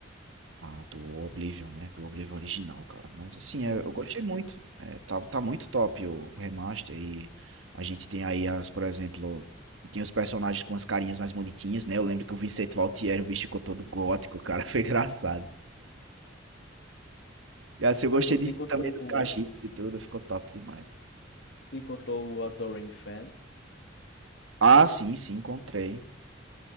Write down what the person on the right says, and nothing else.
a do Oblivion, né? Do Oblivion original, cara. Mas assim,
é, eu gostei muito. é, tá, tá muito top o, o remaster e a gente tem aí as, por exemplo, tem os personagens com as carinhas mais bonitinhas, né? Eu lembro que o Vicente Valtieri, o bicho ficou todo gótico, cara, <laughs> foi engraçado. E assim, eu gostei
de,
também dos
cachitos e tudo, ficou top demais.
Ah, sim, sim, encontrei.